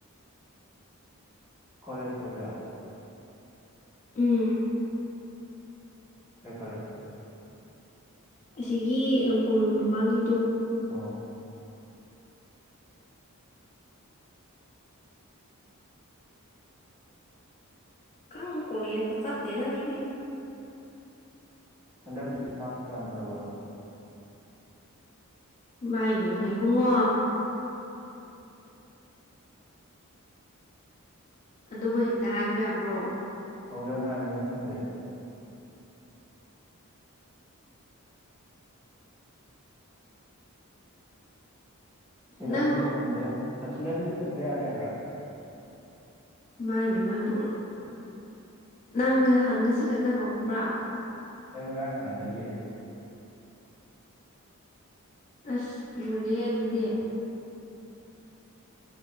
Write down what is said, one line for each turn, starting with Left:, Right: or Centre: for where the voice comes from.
Right: ꯀꯂꯦꯖ ꯑꯣꯏꯒꯔꯥ
Left: ꯎꯝ
Right: ꯀꯩ ꯐꯂꯦꯁ
Left: ꯑꯁꯤꯒꯤ ꯀꯣꯅꯨꯡ ꯃꯃꯥꯡꯒꯤꯗꯣ
Right: ꯑꯣ
Left: ꯀꯪ ꯀꯣꯂ ꯐ ꯄꯠꯇꯗꯏꯗꯤ
Right: ꯍꯟꯗꯛꯀꯤ ꯊꯥꯛꯁ ꯀꯌꯥꯝ ꯇꯧꯈ꯭ꯔꯕ
Left: ꯃꯥꯏꯕꯦꯝꯃꯩꯕꯨꯡꯉꯣ ꯑꯗꯨꯕꯨ ꯍꯦꯛꯇ ꯍꯥꯏꯕ ꯌꯥꯕ꯭ꯔꯣ
Right: ꯍꯗ ꯉꯥꯏꯔꯤꯦꯅ ꯈꯪꯗꯦ ꯁꯤꯗ
Left: ꯅꯪ
Right: ꯑꯗꯨꯁꯨ ꯄꯟꯕ ꯌꯥꯗꯦ ꯁꯤꯗ ꯑꯗꯨꯁꯨ ꯄꯟꯕ ꯌꯥꯗꯦ ꯍꯥꯏꯕ꯭ꯔꯥ
Left: ꯃꯥꯏꯕꯤ ꯃꯥꯏꯕꯣ ꯅꯪ ꯉꯁꯤ ꯈꯛꯇꯪ ꯍꯧꯕ꯭ꯔꯥ
Right: ꯑꯩ ꯉꯔꯥꯡ ꯅꯍꯥꯟꯗꯒꯤ
Left: ꯑꯁ ꯂꯣꯏꯔꯦꯍꯦ ꯑꯗꯨꯗꯤ